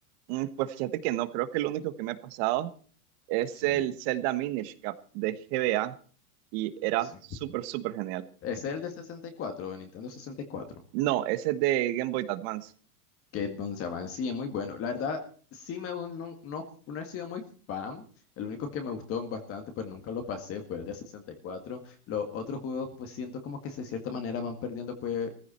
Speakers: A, on the right; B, on the left.
A: Mm, pues fíjate que no, creo que el único que me ha pasado es
B: Sí,
A: el Zelda Minish Cap de GBA y era
B: sí.
A: súper, súper genial.
B: Es el de 64, de Nintendo 64.
A: No, ese es de Game Boy Advance.
B: Que Don Saban sí es muy bueno. La verdad, sí me gu- no, no, no he sido muy fan. El único que me gustó bastante, pero nunca lo pasé, fue el de 64. Los otros juegos, pues siento como que de cierta manera van perdiendo pues,